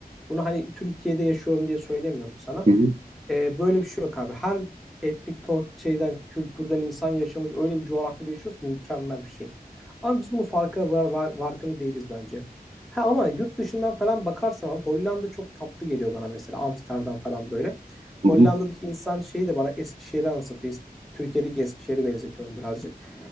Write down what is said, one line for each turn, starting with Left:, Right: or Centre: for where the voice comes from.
Centre: Bunu hani Türkiye'de yaşıyorum diye söylemiyorum sana.
Right: hı hı,
Centre: Ee, böyle bir şey yok abi. Her etnik to- şeyden, kültürden insan yaşamış öyle bir coğrafyada yaşıyoruz ki mükemmel bir şey. Ama biz bunun farkına var, var- farkında değiliz bence. Ha ama yurt dışından falan bakarsam abi Hollanda çok tatlı geliyor bana mesela. Amsterdam falan böyle. Hollanda'daki
Right: hı
Centre: insan şeyi de bana Eskişehir'i anlatıyor. Es- Türkiye'deki Eskişehir'i benzetiyorum birazcık.